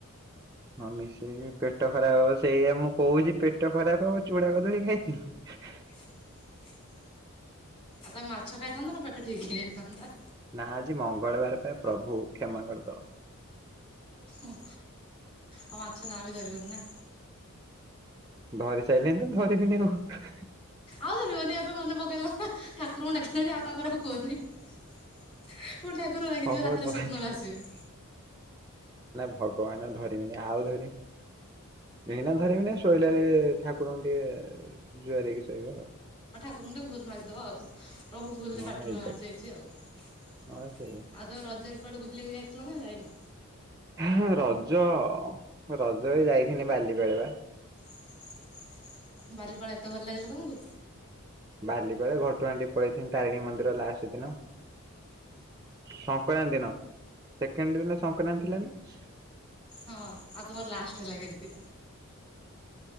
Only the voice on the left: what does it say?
<inaudible> ଆ ତମେ ମାଛ ଖାଇଥାନ୍ତ ତ ପେଟ ଠିକ ହେଇ ଯାଇ ଥାନ୍ତା।
ଆ ହ ହ ମାଛ ନା ବି ଧରିବନି ନା
ଆଉ ଧରିବନି ଏବେ ମନେ ପକେଇଲ ନା, ଆନ୍ହ <unintelligible> ଠାକୁରଙ୍କୁ ଡାକିଲଣି ଆଉ ତାପରେ ଆଉ କୁହନି। ପୁଣି ଠାକୁର ରାଗିଯିବ
ରାତିରେ
ସ୍ୱପ୍ନରେ ଆସିବେ।
<unintelligible> ଟେ ଭୋଉତ୍ ମାଗ୍ ଦବ ଆଉ। ଅହ୍ ପ୍ରଭୁ ଭୁଲ୍
ରେ ପାଟିରୁ
ବାହାରି ଯାଇଛି ଆଉ। ଆଉ
ତମେ ରଜରେ କୁଆଡ଼େ ବୁଲିବାକୁ ଯାଇ ଦେଖିଲ ନା ଯାଇନ।
<inaudible> ବାଲିପାଳେ ଏତେ ଭଲ ଲାଗିଲା ତମକୁ?
ହଁ, ଆଉ ତୁମର ଲାଷ୍ଟ ହେଲା କେମତି?